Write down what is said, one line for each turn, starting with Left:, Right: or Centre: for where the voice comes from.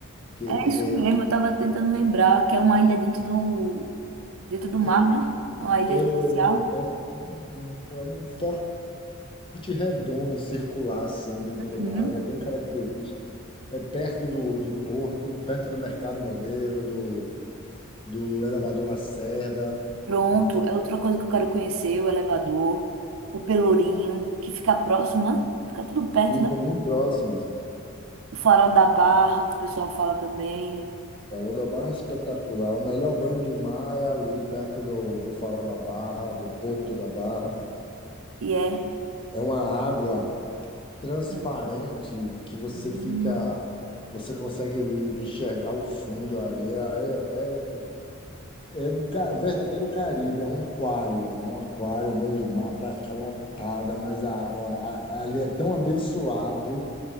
Left: que
Right: É
Left: ele
Right: isso mesmo,
Left: é,
Right: eu tava tentando lembrar que é uma ilha dentro do, dentro do mar,
Left: é, é,
Right: né? É uma ilha
Left: é
Right: artificial.
Left: um, é um forte redondo, circular assim dentro do
Right: Uhum.
Left: mar, ele é bem característico. É perto do, do porto, perto do Mercado Modelo, do, do Elevador Lacerda.
Right: Pronto,
Left: Então,
Right: é outra coisa que eu quero conhecer, o elevador, o Pelourinho, que fica próximo, né? Fica tudo perto,
Left: ficam
Right: né?
Left: bem próximos.
Right: O Farol da Barra, que o pessoal fala também.
Left: Farol da Barra é espetacular. O melhor banho de mar é ali perto do, do Farol da Barra, do Porto da Barra.
Right: E é.
Left: É uma água transparente
Right: Hum.
Left: que você
Right: Hum.
Left: fica, você consegue enxergar o fundo, a areia. É, é, é um ca- um verdadeiro Caribe, é um aquário, é um aquário, um banho de mar, a praia fica lotada, mas a, a, a- ali é tão abençoado